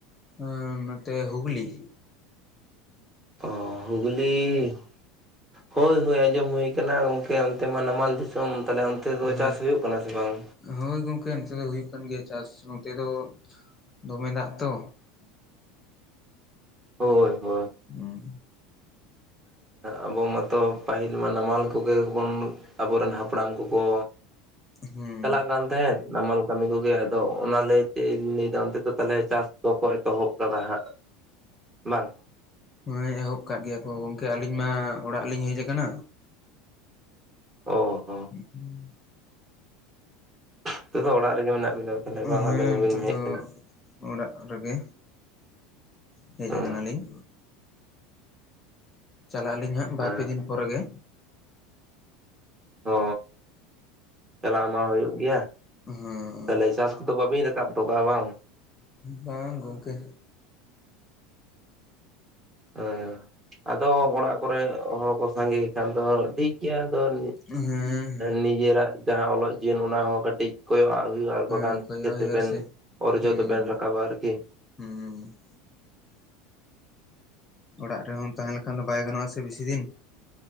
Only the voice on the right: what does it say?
ᱚ ᱦᱩᱜᱽᱞᱤ ᱦᱚᱭ ᱦᱚᱭ ᱟᱸᱡᱚᱢ ᱦᱩᱭ ᱟᱠᱟᱱᱟ ᱜᱚᱝᱠᱮ ᱚᱱᱛᱮ ᱢᱟ ᱱᱟᱢᱟᱞ ᱫᱤᱥᱚᱢ ᱛᱟᱦᱚᱸᱞᱮ ᱚᱱᱛᱮ ᱫᱚ
ᱪᱟᱥ ᱦᱩᱭᱩᱜ ᱠᱟᱱᱟ ᱥᱮ ᱵᱟᱝ᱾
ᱦᱚᱭ ᱦᱚᱭ
ᱟᱸᱵᱚ ᱢᱟ ᱛᱚ ᱯᱟᱹᱦᱤᱞ ᱢᱟ ᱱᱟᱢᱟᱞ ᱠᱚ ᱜᱮ ᱵᱚᱱ ᱟᱵᱚᱨᱮᱱ ᱦᱟᱯᱲᱟᱢ ᱠᱚᱠᱚ
ᱪᱟᱞᱟᱜ ᱠᱟᱱ ᱛᱟᱦᱮᱸᱫ ᱱᱟᱢᱟᱞ ᱠᱟᱹᱢᱤ ᱠᱚ ᱜᱮ ᱟᱫᱚ ᱚᱱᱟ ᱞᱟᱹᱭᱛᱮᱧ ᱞᱟ. ᱭᱫᱟ ᱚᱱᱛᱮ ᱫᱚ ᱛᱟᱦᱚᱞᱮ ᱪᱟᱥ ᱫᱚ ᱠᱚ ᱮᱛᱚᱦᱚᱵ ᱟᱠᱟᱫᱟ ᱦᱟᱸᱜ᱾ ᱵᱟᱝ
ᱚ ᱦᱚ
ᱱᱤᱛᱚᱜ ᱫᱚ ᱚᱲᱟᱜ ᱨᱮ ᱜᱮ ᱢᱮᱱᱟᱜ ᱵᱮᱱᱟ ᱛᱟᱦᱚᱞᱮ ᱵᱟᱝ?
ᱟᱵᱮᱱ ᱦᱚᱸ
ᱵᱮᱱ ᱦᱮᱡ
ᱟᱠᱟᱱᱟ
ᱦᱩᱸ
ᱦᱮᱸ
ᱚ ᱪᱟᱞᱟᱣ ᱢᱟ ᱦᱩᱭᱩᱜ ᱜᱮᱭᱟ᱾
ᱛᱟᱦᱞᱮ ᱪᱟᱥ ᱠᱚ ᱫᱚ ᱵᱟᱵᱤᱱ ᱨᱟᱠᱟᱵ ᱚᱴᱚ ᱠᱟᱜ-ᱟ ᱵᱟᱝ?
ᱦᱮᱸ ᱟᱫᱚ ᱚᱲᱟᱜ ᱠᱚᱨᱮ ᱦᱚᱲ ᱠᱚ ᱥᱟᱸᱜᱮ ᱜᱮ ᱠᱷᱟᱱ ᱫᱚ ᱴᱷᱤᱠ ᱜᱮᱭᱟ ᱟᱫᱚ ᱟᱺ....
ᱱᱤᱡᱮᱨᱟᱜ ᱡᱟᱦᱟᱸ ᱚᱞᱚᱜ ᱡᱤᱭᱚᱱ ᱚᱱᱟ ᱦᱚᱸ ᱠᱟᱹᱴᱤᱡ ᱠᱳᱭᱳᱜ ᱟᱜ ᱦᱩᱭᱩᱜᱼᱟ ᱟᱨ
ᱵᱟᱠᱷᱟᱱ
ᱪᱤᱠᱟ.
ᱛᱮ ᱵᱮᱱ
ᱚᱨᱡᱚ
ᱫᱚ ᱵᱮᱱ ᱨᱟᱠᱟᱵᱟ ᱟᱨ ᱠᱤ